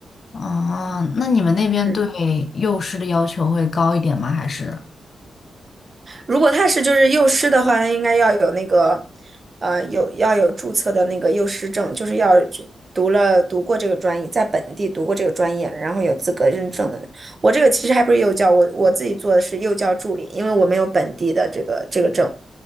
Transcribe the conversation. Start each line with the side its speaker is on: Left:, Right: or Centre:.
Left: 哦，那你们那边对
Right: 嗯。
Left: 幼师的要求会高一点吗？还是？
Right: 如果他是就是幼师的话，他应该要有那个，呃，有要有注册的那个幼师证，就是要去读了读过这个专业，在本地读过这个专业了，然后有资格认证的。我这个其实还不是幼教，我我自己做的是幼教助理，因为我没有本地的这个这个证，